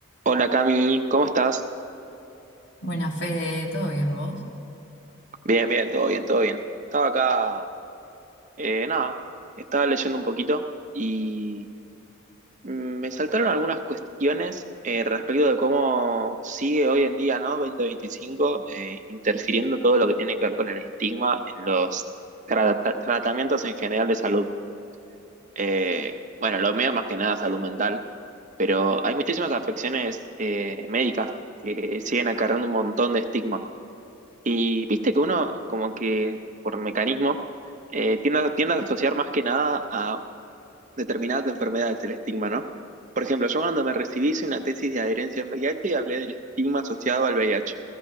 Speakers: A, on the right; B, on the left.
A: Hola Cami, ¿cómo estás?
B: Buena Fede, ¿todo bien vos?
A: Bien, bien, todo bien, todo bien. Estaba acá, eh, nada, estaba leyendo un poquito y mm, me saltaron algunas cuestiones eh, respecto de cómo sigue hoy en día, ¿no? 2025, eh, interfiriendo todo lo que tiene que ver con el estigma en los trata- tratamientos en general de salud. Eh, bueno, lo mío más que nada salud mental, pero hay muchísimas afecciones eh, médicas que siguen acarreando un montón de estigma. Y viste que uno, como que por mecanismo, eh, tiende, a tiende a asociar más que nada a determinadas enfermedades, el estigma, ¿no? Por ejemplo, yo cuando me recibí hice una tesis de adherencia en VIH y hablé del estigma asociado al VIH.